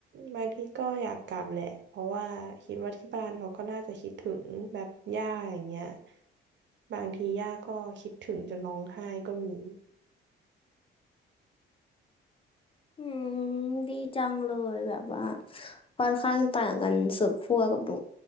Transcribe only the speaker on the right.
บางทีก็อยากกลับแหละเพราะว่าคิดว่าที่บ้านเขาก็น่าจะคิดถึงแบบย่าอย่างเงี้ยบางทีย่าก็คิดถึงจนร้องไห้ก็มี